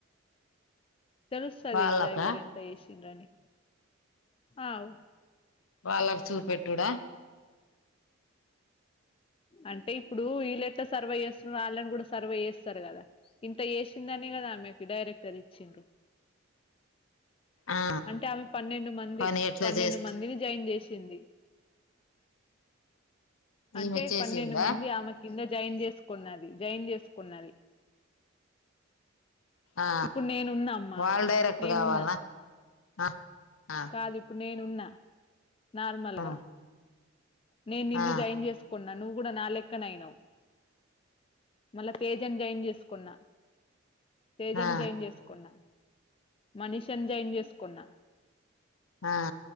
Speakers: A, on the left; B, on the left.
A: తెలుసాదిగదా
B: వాళ్ళకా
A: ఎవరెంత చేసిండ్రని అవ్
B: వాళ్ళకు చూపెట్టుడా
A: అంటే ఇప్పుడు వీలెట్ల సర్వే చేస్తున్నారు వాళ్ళకి కూడా సర్వే చేస్తారు కదా ఇంత చేసిందనే కదా ఆమెకి డైరెక్టర్ ఇచ్చిండ్రు
B: ఆ
A: అంటే ఆమె పన్నెండు మంది
B: పని ఎట్లా
A: పన్నెండు
B: చేస్త
A: మందిని జాయిన్ చేసింది అంటే
B: ఈమె చేసిందా
A: పన్నెండు మంది ఆమె కింద జాయిన్ చేసుకున్నది జాయిన్ చేసుకున్నది
B: ఆ
A: ఇప్పుడు నేనున్నా అమ్మా
B: వాళ్ళ డైరెక్ట్
A: నేనున్నా
B: కావాలా ఆ ఆ
A: కాదు ఇప్పుడు నేనున్నా నార్మల్గా
B: ఆ
A: నేను నిన్ను
B: ఆ
A: జాయిన్ చేసుకున్నా నువ్వు కూడా నా లెక్కన అయినావు మళ్ళా తేజని జాయిన్ చేసుకున్నా తేజని
B: ఆ ఆ
A: జాయిన్ చేసుకున్నా మనిషని జాయిన్ చేసుకున్నా
B: ఆ ఆ